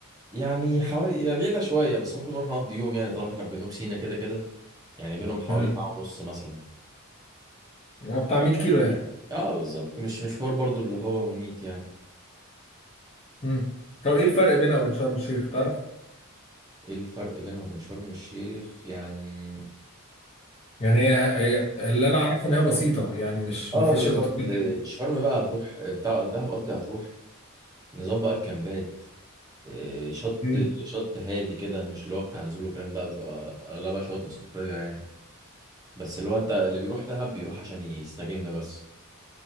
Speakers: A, on the right (about 15°); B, on the left (about 30°).
A: يعني حوالي هي بعيدة شوية بس ممكن نروح نقضي يوم يعني طالما احنا في جنوب سيناء كده كده يعني بينهم حوالي
B: تمام
A: ساعة ونص مثلا
B: يعني بتاع 100 كيلو يعني
A: اه بالظبط مش مشوار برضه اللي هو مميت يعني
B: امم طب ايه الفرق بينها وبين شرم الشيخ تعرف؟
A: ايه الفرق بينها وبين شرم الشيخ يعني
B: يعني هي, هي اللي انا اعرفه ان هي بسيطة يعني مش
A: اه
B: ما فيهاش
A: بالظبط
B: الاوتيل
A: إيه، شرم بقى هتروح بتاع دهب قصدي هتروح نظام بقى الكامبات آه، شط
B: امم
A: شط هادي كده مش اللي هو بتاع نزول وكلام ده بتبقى اغلبها شواطئ صخريه يعني بس اللي هو انت اللي بيروح دهب بيروح عشان يستجم بس